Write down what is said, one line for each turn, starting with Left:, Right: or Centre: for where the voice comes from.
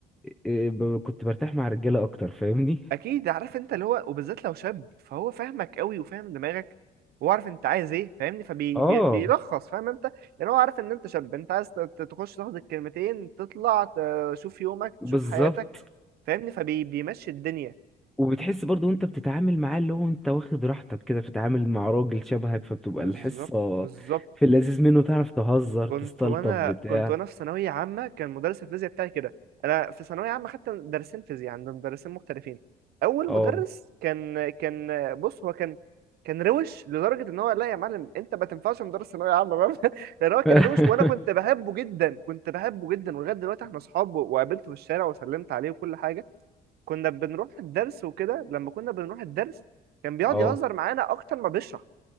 Centre: إيه، ب- كنت برتاح مع رجاله اكتر فاهمني
Right: اكيد عارف انت اللي هو وبالذات لو شاب فهو فاهمك قوي وفاهم دماغك وعارف انت عايز ايه فاهمني فبيلخص
Centre: اه
Right: فاهم انت يعني هو عارف ان انت شاب انت عايز ت- تخش تاخد الكلمتين تطلع تشوف يومك
Centre: بالظبط
Right: تشوف حياتك فاهمني فبيمشي الدنيا
Centre: وبتحس برضو وانت بتتعامل معاه اللي هو انت واخد راحتك كده بتتعامل مع راجل شبهك فبتبقى
Right: بالظبط
Centre: الحصة
Right: بالظبط
Centre: في اللذيذ منه تعرف تهزر
Right: كنت
Centre: تستلطف
Right: وانا
Centre: بتاع
Right: كنت وانا في ثانويه عامه كان مدرس الفيزياء بتاعي كده انا في ثانويه عامه خدت مدرسين فيزياء عند مدرسين مختلفين اول
Centre: اه
Right: مدرس كان كان بص هو كان كان روش لدرجه ان هو لا يا معلم انت ما تنفعش مدرس ثانويه عامه فاهم <laughs> لان هو كان
Centre: <laughs>
Right: روش وانا كنت بحبه جدا كنت بحبه جدا ولغايه دلوقتي احنا اصحاب وقابلته في الشارع وسلمت عليه وكل حاجه كنا بنروح الدرس وكده لما كنا بنروح الدرس كان بيقعد
Centre: اه
Right: يهزر معانا اكتر ما بيشرح